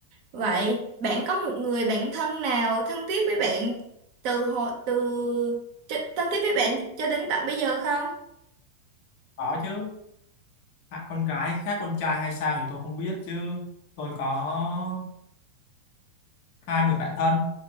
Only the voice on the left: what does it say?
có chứ à, con gái khác con trai hay sao thì tôi không biết chứ tôi có hai người bạn thân